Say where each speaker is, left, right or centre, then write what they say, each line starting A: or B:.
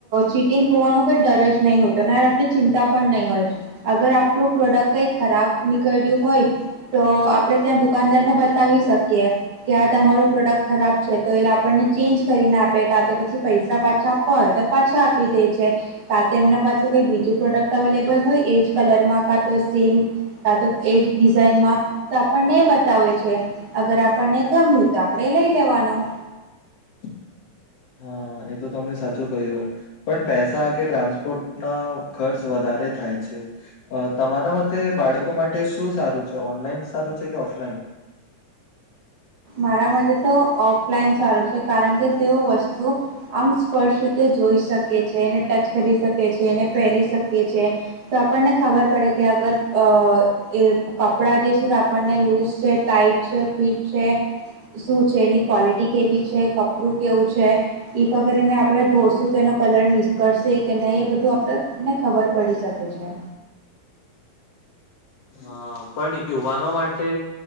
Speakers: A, on the right (about 45°); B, on the left (about 80°).
A: ચીટિંગ હોવાનો કઈ ડર જ નહીં હોતો ને આપડે ચિંતા પણ નહી હોય, અગર આપણું પ્રોડક્ટ કઈ ખરાબ નીકળ્યું હોય તો આ પડે ત્યાં દુકાનદારને બતાવી શકીએ કે આ તમારું પ્રોડક્ટ ખરાબ છે તો એલ આપણને ચેન્જ કરી ને આપે કા તો પછી પૈસા પાછા આપવા હોય તો પાછા આપી દે છે, કા તો એમના પાસે કોઈ બીજું પ્રોડક્ટ અવેલેબલ હોય એ કલરમાં, કા તો સેમ, કા તો એજ ડિઝાઇનમાં તો આપણને એ બતાવે છે, અગર આપણને ગમ્યું, તો આપણેે લઈ લેવાનું.
B: <inaudible> એ તો તમને સાચું કહ્યું. પણ પેસા કે ટ્રાન્સપોર્ટ ના ખર્ચ વધારે થાય છે. તમારા મતે બાળ કો માટે શું સારું છે, ઓનલાઈન સારું છે કે ઓફલાઈન?
A: મારા મતે તો ઓફલાઈન ચારુ છે, કારણ કે તેઓ વસ્તુ આમ સ્પષ્ટ રીતે જોઈ શકે છે, એને ટચ કરી શકે છે, એને પેહરી શકે છે, તો આપણને ખબર પડે કે અગર અ એ કપડા જે છે તે આપણને લૂઝ છે, ટાઈટ છે, ફીટ છે. શું છે, એની ક્વોલિટી કેવી છે? કપડું કેવું છે? ઈફ અગર એને આપડે ધોશું તો એનો કલર નિશપરશે કે નહી, એ બધું આપડે ને ખબર પડી શકે છે.
B: હા પણ યુવાનો માટે